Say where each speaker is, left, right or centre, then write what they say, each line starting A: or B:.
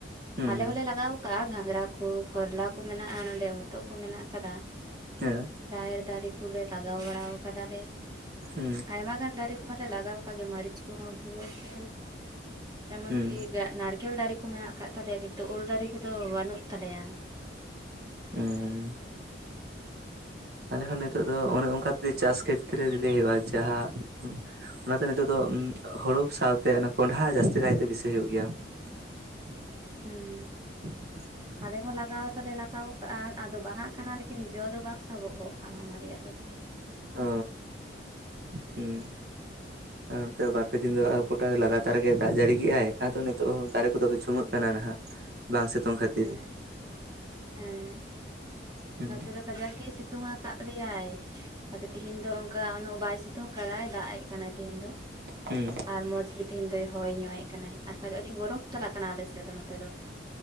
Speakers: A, on the right; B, on the right.
A: ᱦᱩᱸ
B: ᱟᱞᱮ ᱦᱚᱞᱮ ᱞᱟᱜᱟᱣ ᱛᱟ ᱜᱷᱟᱸᱜᱽᱨᱟ ᱠᱚ ᱠᱚᱨᱞᱟ ᱠᱚ ᱢᱮᱱᱟᱜᱼᱟ ᱱᱚᱰᱮ ᱦᱚᱛᱚᱫ ᱠᱚ ᱢᱮᱱᱟᱜ ᱠᱟᱫᱟ
A: ᱦᱮᱸ
B: ᱨᱟᱦᱮᱲ ᱫᱟᱨᱮ ᱠᱚᱞᱮ ᱞᱟᱜᱟᱣ ᱵᱟᱲᱟ ᱠᱟᱫᱟ ᱞᱮ
A: ᱦᱩᱸ
B: ᱟᱭᱢᱟ ᱜᱟᱱ ᱫᱟᱨᱮ ᱠᱚᱢᱟ ᱞᱮ ᱞᱟᱜᱟᱣ ᱠᱟᱜ ᱜᱮ ᱢᱟᱹᱨᱤᱪ ᱠᱚᱦᱚᱸ ᱜᱩᱣᱟᱹ ᱠᱚ ᱮᱢᱚᱱ
A: ᱦᱩᱸ
B: ᱠᱤ ᱱᱟᱲᱠᱮᱞ ᱫᱟᱨᱮ ᱠᱚ ᱢᱮᱱᱟᱜ ᱟᱠᱟᱫ ᱛᱟᱞᱮᱭᱟ ᱠᱤᱱᱛᱩ ᱩᱞ ᱫᱟᱨᱮ ᱠᱚᱫᱚ ᱵᱟᱹᱱᱩᱜ ᱛᱟᱞᱮᱭᱟ
A: ᱩᱸ ᱟᱞᱮ ᱦᱚᱸ ᱱᱤᱛᱚᱜ ᱫᱚ ᱚᱱᱮ ᱚᱱᱠᱟ ᱛᱤ ᱪᱟᱥ ᱠᱷᱮᱛ ᱨᱮ ᱞᱮᱭ ᱦᱩᱭᱩᱜᱼᱟ ᱡᱟᱦᱟᱸ ᱚᱱᱟᱛᱮ ᱱᱤᱛᱚᱜ ᱫᱚ ᱦᱳᱲᱳ ᱥᱟᱶᱛᱮ ᱠᱚᱸᱰᱷᱟ ᱡᱟᱹᱥᱛᱤ ᱠᱟᱭᱛᱮ ᱵᱤᱥᱤ ᱦᱳᱭᱳᱜ ᱜᱮᱭᱟ <inaudible>
B: ᱦᱩᱸ
A: <inaudible>
B: ᱟᱞᱮ ᱦᱚᱸ ᱞᱟᱜᱟᱣ ᱫᱚᱞᱮ ᱞᱟᱜᱟᱣ ᱠᱟᱜ-ᱟ ᱟᱫᱚ ᱵᱟᱦᱟᱜ ᱠᱟᱱᱟ ᱞᱮᱠᱤᱱ ᱡᱚ ᱫᱚ ᱵᱟᱝ ᱥᱟᱵᱚᱜᱚᱜ ᱠᱟᱱᱟ ᱚᱱᱟ ᱨᱮᱭᱟᱜ ᱫᱚ᱾
A: ᱚ, ᱦᱩᱸ ᱟᱨ ᱱᱚᱱᱛᱮ ᱵᱟᱨ ᱯᱮ ᱫᱤᱱ ᱫᱚ ᱜᱚᱴᱟ ᱞᱟᱜᱟᱛᱟᱨ ᱜᱮ ᱫᱟᱜ ᱡᱟᱹᱲᱤ ᱠᱮᱜᱼ ᱟᱭ ᱟᱫᱚ ᱱᱤᱛᱚᱜ ᱫᱟᱨᱮ ᱠᱚᱫᱚ ᱡᱷᱩᱢᱟᱹᱜ ᱠᱟᱱᱟ ᱱᱟᱦᱟᱜ᱾ ᱵᱟᱝ ᱥᱤᱛᱩᱝ ᱠᱷᱟᱹᱛᱤᱨ᱾
B: ᱦᱮᱸ ᱦᱮᱸ
A: ᱦᱩᱸ
B: ᱱᱚᱛᱮ ᱫᱚ ᱠᱟᱡᱟᱠ ᱜᱮᱭ ᱥᱤᱛᱩᱝ ᱠᱟᱜ ᱞᱮᱭᱟᱭ ᱟᱫᱚ ᱛᱮᱦᱤᱧ ᱫᱚ ᱚᱱᱠᱟ ᱩᱱᱟᱹᱜ ᱵᱟᱭ ᱥᱤᱛᱩᱝ ᱠᱟᱫᱟᱭ ᱫᱟᱜ ᱮᱜ ᱠᱟᱱᱟᱭ ᱛᱮᱦᱤᱧ ᱫᱚ
A: ᱦᱩᱸ
B: ᱟᱨ ᱢᱚᱸᱡᱽ ᱜᱮ ᱛᱤᱦᱤᱧ ᱫᱚᱭ ᱦᱚᱭ ᱧᱚᱜ ᱮ ᱠᱟᱱᱟᱭ ᱟᱨ ᱵᱟᱠᱷᱟᱡ ᱫᱚ ᱟᱹᱰᱤ ᱜᱚᱨᱚᱢ ᱪᱟᱞᱟᱜ ᱠᱟᱱᱟ ᱟᱞᱮ ᱥᱮᱫ ᱫᱚ ᱱᱚᱛᱮ ᱫᱚ